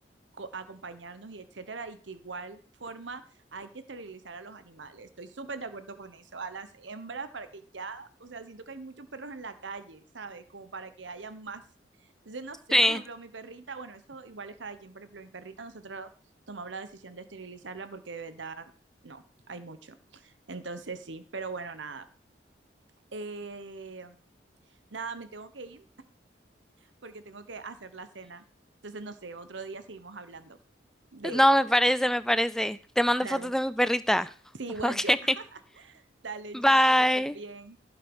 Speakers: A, on the right (about 80°); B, in the centre.
A: acompañarnos y etcétera, y que igual forma hay que esterilizar a los animales. Estoy súper de acuerdo con eso, a las hembras para que ya, o sea, siento que hay muchos perros en la calle, ¿sabes? Como para que haya más. Entonces, no sé,
B: <laughs>
A: por ejemplo,
B: Sí.
A: mi perrita, bueno, eso igual es cada quien, por ejemplo, mi perrita, nosotros tomamos la decisión de esterilizarla porque de verdad, no, hay mucho. Entonces, sí, pero bueno, nada. Eh, nada, me tengo que ir porque tengo que hacer la cena. Entonces, no sé, otro día seguimos hablando de...
B: No, me parece, me parece. Te mando
A: Dale.
B: fotos de mi perrita.
A: Sí,
B: <laughs>
A: igual
B: Ok.
A: yo. <laughs> Dale,
B: Bye.
A: chao, que estés bien.